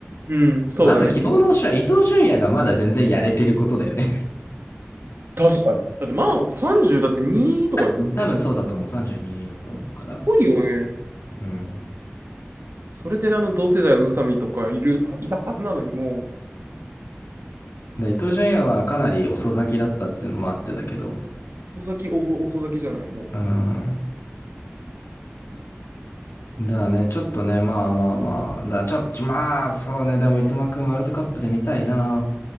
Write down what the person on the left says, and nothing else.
まあ、あと希望の星は伊東純也がまだ全然やれてることだよね。
<laughs>
多分そうだと思う。32だと思うから。
うん。
だ伊東純也はかなり遅咲きだったっていうのもあってだけど。
うん。だね、ちょっとね、まあまあまあ。だ、ちょっと、まあ、そうね。でも三笘くんワールドカップで見たいな。